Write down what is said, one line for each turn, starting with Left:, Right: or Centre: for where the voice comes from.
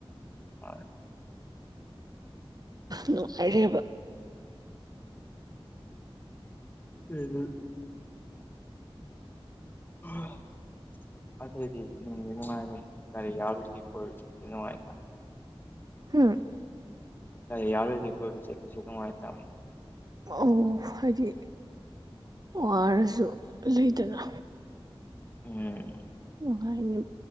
Left: ꯍꯣꯏ
Right: ꯅꯨꯡꯉꯥꯏꯔꯦꯕ
Left: <unintelligible> <unintelligible> ꯑꯗꯨꯏꯗꯤ ꯅꯨꯡꯗꯤ ꯅꯨꯡꯉꯥꯏꯔꯦꯏ ꯒꯥꯔꯤ ꯌꯥꯎꯔꯗꯤ ꯀꯣꯂꯦꯖ ꯆꯠꯄꯗꯤ ꯅꯨꯡꯉꯥꯏꯅ
Right: ꯍꯥꯝ
Left: ꯒꯥꯔꯤ ꯌꯥꯎꯗ꯭ꯔꯗꯤ ꯀꯣꯏꯕ ꯆꯠꯄꯁꯨ ꯅꯨꯡꯉꯥꯏꯇꯕꯅꯦ
Right: ꯑꯣ ꯍꯥꯏꯗꯤ ꯋꯥꯔꯁꯨ ꯂꯩꯗꯅ
Left: ꯎꯝ
Right: ꯍꯥꯏꯅꯤ